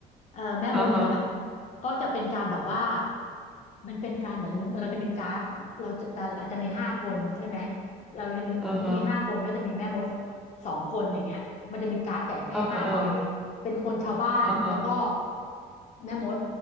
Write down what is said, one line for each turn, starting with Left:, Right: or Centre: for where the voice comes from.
Left: เอ่อแม่มดอย่างเงี้ย
Centre: อ่าฮะ
Left: ก็จะเป็นการแบบว่ามันเป็นการเหมือนเราจะมีการ์ดเราจะอาจจะมีห้าคนใช่ไหมเราจะมีสมมติมีห้าคนก็จะมีแม่มด
Centre: อ่าฮะ
Left: สองคนอย่างเงี้ยมันจะมีการ์ดแจกให้ห้าใบ
Centre: เออเออ
Left: เป็นคนชาวบ้านแล้วก็
Centre: อ่าฮะ
Left: แม่มด